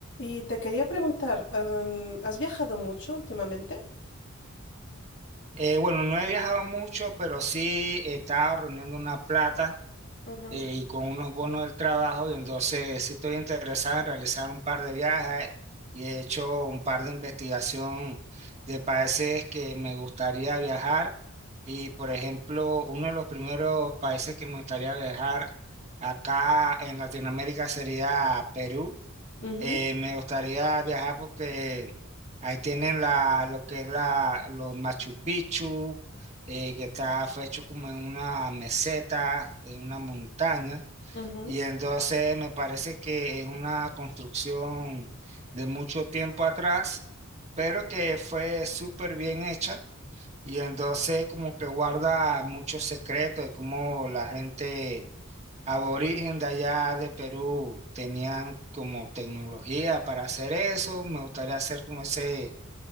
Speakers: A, on the left (about 60°); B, on the right (about 30°).
A: Y te quería preguntar, em, ¿has viajado mucho últimamente?
B: Eh, bueno, no he viajado mucho, pero sí he estado reuniendo una plata
A: Ujú,
B: eh, y con unos bonos del trabajo y entonces sí estoy interesado en realizar un par de viajes y he hecho un par de investigación de países que me gustaría viajar y por ejemplo, uno de los primeros países que me gustaría viajar acá en Latinoamérica sería Perú
A: ujú,
B: eh, me gustaría viajar porque ahí tienen la, lo que es la, los Machu Picchu, eh, que está hecho como en una meseta, en una montaña.
A: ujú,
B: Y entonces me parece que es una construcción de mucho tiempo atrás, pero que fue súper bien hecha. Y entonces como que guarda muchos secretos de cómo la gente aborigen de allá de Perú tenían como tecnología para hacer eso. Me gustaría hacer como ese